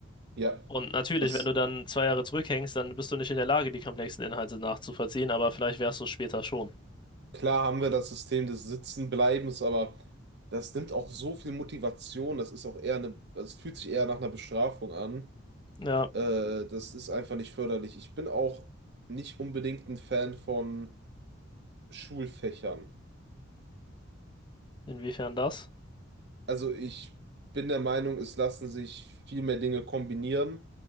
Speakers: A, on the right (about 60°); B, on the left (about 25°).
A: Ja,
B: Und natürlich,
A: das
B: wenn du dann zwei Jahre zurückhängst, dann bist du nicht in der Lage, die komplexen Inhalte nachzuvollziehen, aber vielleicht wärst du es später schon.
A: Klar haben wir das System des Sitzenbleibens, aber das nimmt auch so viel Motivation. Das ist auch eher eine, also es fühlt sich eher nach einer Bestrafung an.
B: Ja,
A: Äh, das ist einfach nicht förderlich. Ich bin auch nicht unbedingt ein Fan von Schulfächern.
B: inwiefern das?
A: Also ich bin der Meinung, es lassen sich viel mehr Dinge kombinieren.